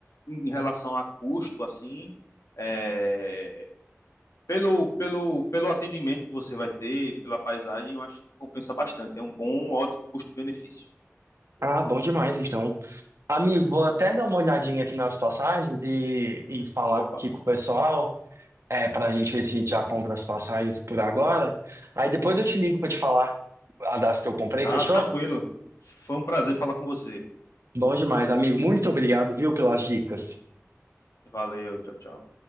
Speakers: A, on the left; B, on the right.
A: em relação a custo, assim, é, pelo, pelo, pelo atendimento que você vai ter, pela paisagem, eu acho que compensa bastante. É um bom, ótimo custo-benefício.
B: Ah, bom demais, então. Amigo, vou até dar uma olhadinha aqui nas passagens e, e falar
A: Opa.
B: aqui com o pessoal, é, pra gente ver se a gente já compra as passagens por agora. Aí depois eu te ligo pra te falar a das que eu comprei,
A: Ah,
B: fechou?
A: tranquilo. Foi um prazer falar com você.
B: Bom demais, amigo. Muito obrigado, viu, pelas dicas.
A: Valeu, tchau, tchau.